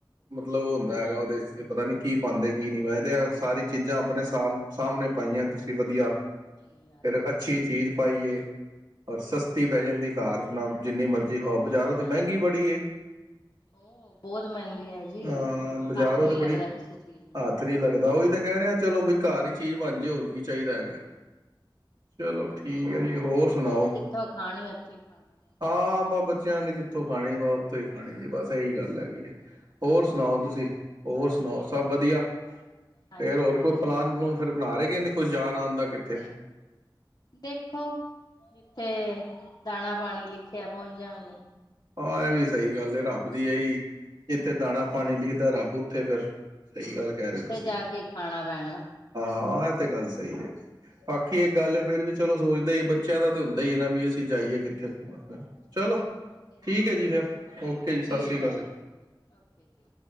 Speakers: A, on the right; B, on the left.
A: ਮਤਲਬ ਉਹ ਹੁੰਦਾ ਹੈਗਾ ਉਹਦੇ ਵਿੱਚ ਤੇ ਪਤਾ ਨੀ ਕੀ ਪਾਉਂਦੇ
B: ਹਮ
A: ਕੀ ਨਹੀਂ ਪਾਉਂਦੇ ਤੇ ਸਾਰੀ ਚੀਜ਼ਾਂ ਆਪਣੇ ਸਮ ਸਾਹਮਣੇ ਪਾਈਆਂ ਤੁਸੀਂ ਵਧੀਆ
B: ਸਹੀ ਗੱਲ
A: ਫਿਰ
B: ਹੈ
A: ਅੱਛੀ ਚੀਜ਼ ਪਾਈਏ ਔਰ ਸਸਤੀ ਪੈ ਜਾਂਦੀ ਘਰ <inaudible> ਜਿੰਨੀ ਮਰਜ਼ੀ ਖਾਓ
B: ਤੇ ਹੋਰ
A: ਬਾਜ਼ਾਰੋਂ ਤੇ ਮਹਿੰਗੀ ਬੜੀ ਏ,
B: ਉਹ ਬਹੁਤ ਮਹਿੰਗੀ ਹੈ ਜੀ
A: ਆ ਬਾਜ਼ਾਰੋਂ
B: ਹੱਥ ਨੀ
A: ਤੇ ਬੜੀ
B: ਲੱਗਦਾ ਕਿਸੇ ਚੀਜ਼ ਨੂੰ
A: ਹੱਥ ਨੀ ਲੱਗਦਾ ਉਹੀ ਕਹਿ ਰਿਹਾ ਚਲੋ ਬਈ ਘਾਰ ਹੀ ਚੀਜ਼ ਬਣ ਜੇ ਹੋਰ ਕੀ ਚਾਹੀਦਾ ਹੇਗਾ। ਚਲੋ। ਠੀਕ ਹੈ ਜੀ ਹੋਰ
B: ਬੱਚਿਆਂ
A: ਸੁਣਾਓ,
B: ਨੇ ਜਿੱਥੋਂ ਖਾਣੀ ਉੱਥੇ ਖਾਣੀ
A: ਹਾਂ ਬਾਬਾ ਬੱਚਿਆਂ ਨੇ ਜਿੱਥੋਂ ਖਾਣੀ ਵਾ ਉੱਥੋਂ ਹੀ ਖਾਣੀ ਜੀ ਬਸ ਇਹੀ ਗੱਲ ਹੈਗੀ ਹੈ। ਹੋਰ
B: ਮਰਜ਼ੀ
A: ਸੁਣਾਓ
B: ਕਰਨੀ
A: ਤੁਸੀਂ ਹੋਰ
B: ਵਾਹ
A: ਸੁਣਾਓ
B: ਵਧੀਆ ਜੀ
A: ਸਭ ਵਧੀਆ
B: ਹਾਂਜੀ
A: ਫੇਰ ਹੋਰ
B: ਹਾਂਜੀ
A: ਕੋਈ ਪਲਾਨ ਪਲੂਨ ਫਿਰ ਬਣਾ ਰੇ ਕਿ ਨੀ ਕੁਛ ਜਾਣ ਆਣ ਦਾ ਕਿੱਥੇ?
B: ਦੇਖੋ, ਜਿੱਥੇ ਦਾਣਾ ਪਾਣੀ ਲਿਖਿਆ ਪਹੁੰਚ ਜਾਂ ਗੇ।
A: ਆ ਐਹ ਵੀ ਸਹੀ ਗੱਲ ਐ, ਰੱਬ ਦੀ ਏ ਈ। ਜਿੱਥੇ ਦਾਣਾ ਪਾਣੀ ਲਿਖਦਾ ਰੱਬ, ਉੱਥੇ ਫਿਰ, ਸਹੀ ਗੱਲ ਕਹਿ ਰਹੇ ਹੋ ਤੁਸੀਂ
B: ਥੇ ਜਾ ਕੇ ਖਾਣਾ ਪੈਣਾ।
A: ਹਾਂ ਐਹ ਤੇ ਗੱਲ ਸਹੀ ਐ। ਬਾਕੀ ਇੱਕ ਗੱਲ ਫੇਰ ਵੀ ਚਲੋ ਸੋਚਦਾ ਈ ਬੱਚਿਆਂ ਦਾ ਤੇ ਹੁੰਦਾ ਈ ਨਾ ਵੀ ਅਸੀਂ, ਜਾਈਏ ਕਿੱਥੇ ਘੁੰਮਣ ਫਿਰਨ। ਚਲੋ
B: ਉਹ ਤੇ ਹੈ।
A: ਠੀਕ ਐ ਜੀ ਫਿਰ। ਓਕੇ ਜੀ, ਸ
B: ਠੀਕ
A: ਸ੍ਰੀ
B: ਹੈ
A: ਕਾਲ ਜੀ।
B: ਓਕੇ ਓਕੇ ਜੀ